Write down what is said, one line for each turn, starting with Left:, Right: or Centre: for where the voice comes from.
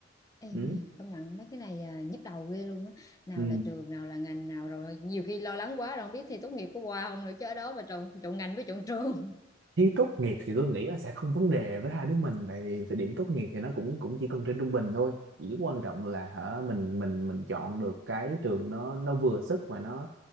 Left: Ê
Right: ừ.
Left: mày công nhận mấy cái này à, nhức đầu ghê luôn á nào
Right: Ừ.
Left: là trường nào là ngành nào rồi nhiều khi lo lắng quá rồi không biết thi tốt nghiệp có qua không nữa chứ ở đó mà trộn trộn ngành với trộn trường
Right: thi tốt nghiệp thì tôi nghĩ là sẽ không vấn đề với hai đứa mình tại vì thời điểm tốt nghiệp thì nó cũng cũng chỉ cần trên trung bình thôi chỉ quan trọng là hả mình mình mình chọn được cái trường nó nó vừa sức mà nó